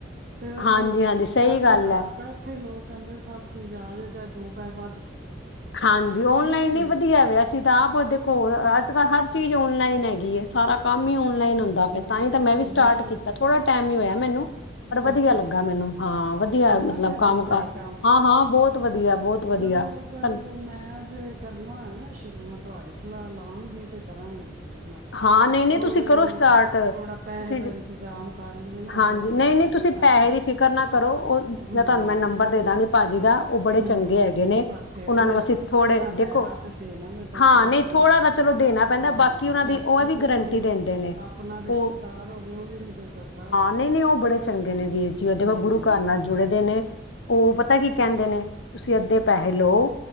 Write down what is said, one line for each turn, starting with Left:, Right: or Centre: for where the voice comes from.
Right: ਤੇ
Left: ਹਾਂਜੀ
Right: ਫਿਰ
Left: ਹਾਂਜੀ ਸਹੀ
Right: ਅੱਜ
Left: ਗੱਲ
Right: ਕੱਲ ਘਰ
Left: ਹੈ
Right: ਬੈਠੇ ਲੋਕ ਕਹਿੰਦੇ ਸਭ ਚੀਜ਼ ਆ ਜੇ ਚਾਹੇ ਦੋ ਪੈ ਵੱਧ ਸੇ
Left: ਹਾਂਜੀ ਔਨਲਾਈਨ
Right: ਠੀਕ ਹੈ ਨਹੀਂ
Left: ਨ ਵਧੀਆ ਵਆ ਅਸੀਂ ਤਾਂ ਆਪ ਉਹਦੇਖੋਲ ਅੱਜ ਕੱਲ੍ਹ ਹਰ ਚੀਜ਼ ਔਨਲਾਈਨ ਹੈਗੀਏ ਸਾਰਾ ਕੰਮ ਹੀ ਨ ਹੁੰਦਾ ਪਿਆ
Right: ਹਮ
Left: ਤਾਂ ਹੀ ਤਾਂ ਮੈਂ ਵੀ ਸਟਾਰਟ
Right: ਮਸ਼ਹੂਰ
Left: ਕੀਤਾ ਥੋੜਾ ਟਾਈਮ ਹੀ ਹੋਇਆ ਮੈਨੂੰ ਪਰ ਵਧੀਆ
Right: ਅੱਛਾ
Left: ਲੱਗਾ
Right: ਅੱਛਾ
Left: ਮੈਨੂੰ ਹਾਂ ਵਧੀਆ
Right: ਚੱਲਦਾ
Left: ਮਤਲਬ
Right: ਪਿਆ
Left: ਕੰਮ
Right: ਫਿਰ ਸਹੀ
Left: ਕਾਰ
Right: ਕੰਮ
Left: ਹਾਂ ਹਾਂ ਬਹੁਤ ਵਧੀਆ ਬਹੁਤ ਵਧੀਆ
Right: ਚਲੋ
Left: ਤੁਹਾਨੂੰ-
Right: ਅਗਰ ਮੈਂ ਜੇ ਕਰਨਾ ਹੋਏ ਨਾ ਸ਼ੁਰੂ ਮੈਂ ਤੁਹਾਡੇ ਸਲਾਹ ਲਾਗੀ ਤੇ ਕਰਾਂਗੇ ਜ਼ਰੂਰ ਨਾ
Left: ਹਾਂ ਨਹੀਂ ਨਹੀਂ
Right: ਥੋੜ੍ਹੀ
Left: ਤੁਸੀਂ ਕਰੋ ਸਟਾਰਟ ਤੁਸੀਂ
Right: ਥੋੜਾ ਪੈਸੇ ਦਾ ਇੰਤਜ਼ਾਮ ਕਰ ਲਈਏ ਨਾ
Left: ਹਾਂਜੀ
Right: ਥੋੜਾ
Left: ਨਹੀਂ
Right: ਪੈਸੇ
Left: ਨਹੀਂ ਤੁਸੀਂ
Right: ਦਾ ਸਾਡੇ
Left: ਪੈਸੇ ਦੀ ਫਿਕਰ ਨਾ ਕਰੋ ਉਹ
Right: ਹਮ
Left: ਜਾਂ ਤੁਹਾਨੂੰ ਮੈਂ ਨੰਬਰ ਦੇ ਦਾਂਗੀ ਭਾਜੀ ਦਾ ਉਹ ਬੜੇ
Right: ਹਮ
Left: ਚੰਗੇ ਹੈਗੇ ਨੇ
Right: ਪਰ ਫੇਰ
Left: ਉਹਨਾਂ
Right: ਵੀ
Left: ਨੂੰ
Right: ਅੱਧਾ
Left: ਅਸੀਂ ਥੋੜੇ ਦੇਖੋ
Right: ਪੈਸਾ ਤੇ ਦੇਣਾ ਤੇ ਪੈਂਦਾ
Left: ਹਾਂ
Right: ਹੀ
Left: ਨਹੀਂ
Right: ਹੈ ਨਾ
Left: ਥੋੜ੍ਹਾ ਤਾਂ ਚਲੋ ਦੇਣਾ ਪੈਂਦਾ
Right: ਹਾਂ
Left: ਬਾਕੀ ਉਹਨਾਂ ਦੀ
Right: ਇਸ ਤਰ੍ਹਾਂ
Left: ਵੀ
Right: ਤੇ
Left: ਗਰੰਟੀ
Right: ਕੋਈ
Left: ਦਿੰਦੇ ਨੇ
Right: ਆਪਣਾ ਰਿਸ਼ਤੇਦਾਰ
Left: ਉਹ
Right: ਹੋਵੇ ਉਹ ਵੀ ਨੀ ਕੋਈ ਕਰਦਾ ਹਾਂ
Left: ਨਹੀਂ ਨਹੀਂ ਉਹ ਬੜੇ ਚੰਗੇ
Right: ਹੂੰ
Left: ਨੇ ਵੀਰ ਜੀ ਉਹ ਦੇਖੋ ਗੁਰੂ ਘਰ ਨਾਲ ਜੁੜੇ ਨੇ ਉਹ ਪਤਾ ਕੀ ਕਹਿੰਦੇ ਨੇ ਤੁਸੀਂ ਅੱਧੇ ਪੈਸੇ ਲਓ